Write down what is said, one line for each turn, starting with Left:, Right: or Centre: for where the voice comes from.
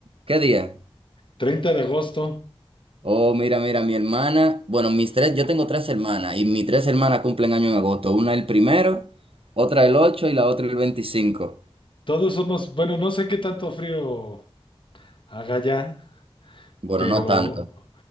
Right: ¿Qué día?
Left: 30 de agosto.
Right: Oh, mira, mira, mi hermana, bueno, mis tres, yo tengo tres hermanas y mis tres hermanas cumplen año en agosto, una el primero, otra el 8 y la otra el veinticinco
Left: Todos somos, bueno, no sé qué tanto frío haga ya,
Right: Bueno,
Left: pero,
Right: no tanto,